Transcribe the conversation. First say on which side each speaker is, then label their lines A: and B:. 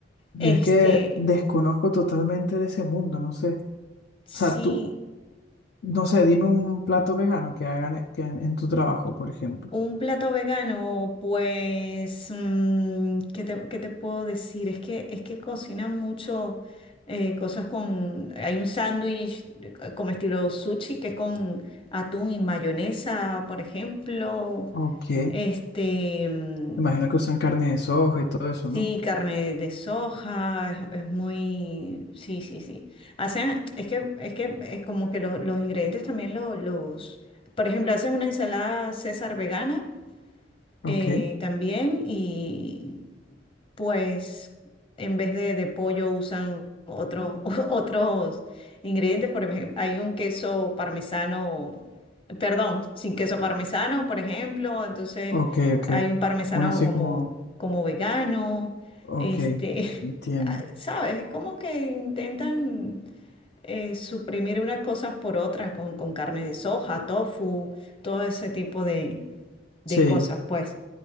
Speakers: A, on the left; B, on the left.
A: Yo
B: Este,
A: es que desconozco totalmente de ese mundo, no sé.
B: sí.
A: O sea, tú, no sé, dime un plato vegano que hagan e- que en, en tu trabajo, por ejemplo.
B: Un plato vegano, pues, mm, ¿qué te, qué te puedo decir? Es que, es que cocinan mucho eh, cosas con... Hay un sándwich eh, como estilo sushi que es con atún y mayonesa, por ejemplo.
A: Ok.
B: Este, mm,
A: Imagino que usan carne de soja y todo eso,
B: sí,
A: ¿no?
B: carne de soja, es, es muy... Sí, sí, sí. Hacen, es que, es que es como que lo- los ingredientes también lo- los... Por ejemplo, hacen una ensalada César vegana
A: Ok,
B: eh, también y pues en vez de, de pollo usan otros <laughs> otros ingredientes, por ejemplo, hay un queso parmesano, perdón, sin queso parmesano, por ejemplo, entonces
A: ok, ok.
B: hay un parmesano
A: Uno así
B: como,
A: como,
B: como vegano,
A: ok,
B: este,
A: entiendo.
B: <laughs> ah, ¿sabes? Es como que intentan... eh, suprimir unas cosas por otras con, con carne de soja, tofu, todo ese tipo de, de
A: Sí,
B: cosas, pues.